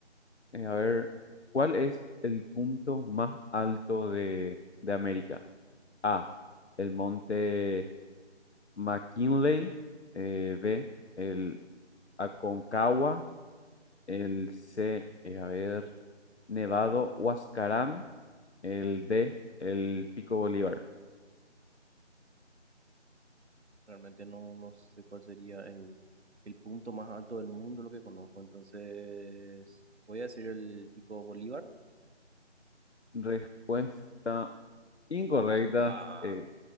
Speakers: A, on the left (about 65°); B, on the right (about 65°).
A: Eh, a ver, ¿cuál es el punto más alto de, de América? A, el monte McKinley. eh, B, el Aconcagua, el C, eh, a ver, Nevado, Huascarán, el D, el Pico Bolívar.
B: Realmente no, no sé cuál sería el, el punto más alto del mundo, lo que conozco, entonces voy a decir el Pico Bolívar.
A: Respuesta incorrecta,
B: Ah,
A: eh,